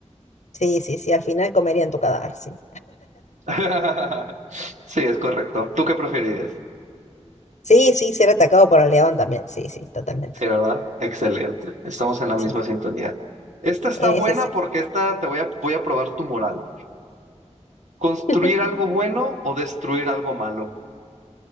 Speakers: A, on the left; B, on the right.
A: Sí, sí, sí, al final comerían tu cadáver, sí.
B: <laughs> Sí, es correcto. ¿Tú qué preferirías?
A: Sí, sí, ser atacado por el león también, sí, sí, totalmente.
B: Sí, ¿verdad? Excelente. Estamos en la misma
A: Sí,
B: sintonía. Esta está
A: en
B: buena
A: ese sí.
B: porque esta te voy a, voy a probar tu moral. ¿Construir
A: <laughs>
B: algo bueno o destruir algo malo?